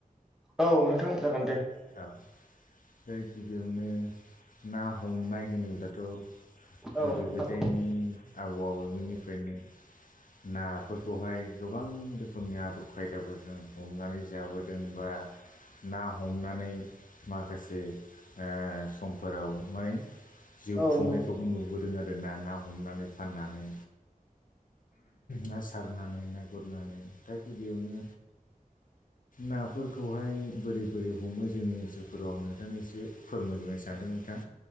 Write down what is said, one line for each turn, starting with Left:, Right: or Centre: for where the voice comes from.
Centre: औ नोंथां जागोन दे।
Left: औ। फाय गिबियावनो ना हमनाय होनोब्ला थ' गोदो
Centre: औ नोंथां
Left: गोदायनि आबौ आबैमोननिफ्रायनो नाफोरखौहाय गोबां रोखोमनि आदब खायदाफोरजों हमनानै जाबोदों बा ना हमनानै माखासे आ समफोराव हाय जिउ
Centre: औ
Left: खुंनायखौबो
Centre: नंगौ नोंथां
Left: नुबोदों आरो ना। ना हमनानै फाननानै। ना सारनानै ना गुरनानै। दा गिबियावनो नाफोरखौहाय बोरै बोरै हमो जोंनि ओनसोलफोराव आं नोंथांनो एसे फोरमायग्रोनो सानदों नोंथां।